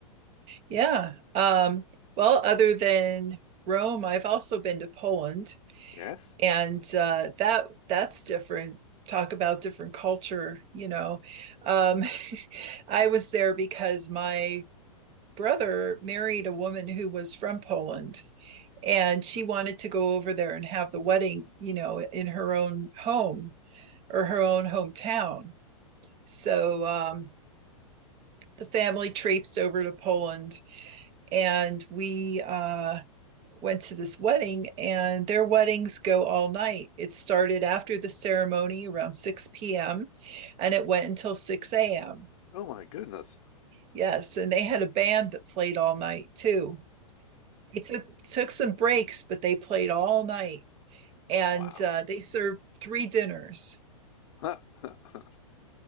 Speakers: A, on the right; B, on the left.
A: Yeah. Um, well, other than Rome, I've also been to Poland,
B: Yes?
A: and uh, that that's different. Talk about different culture, you know. Um, <laughs> I was there because my brother married a woman who was from Poland and she wanted to go over there and have the wedding, you know, in her own home or her own hometown. So um, the family traipsed over to Poland and we uh, went to this wedding, and their weddings go all night. It started after the ceremony around 6 p.m. and it went until 6 a.m.
B: Oh my goodness.
A: Yes, and they had a band that played all night too. They took took some breaks, but they played all night, and
B: Wow.
A: uh, they served three dinners.
B: Huh. <laughs>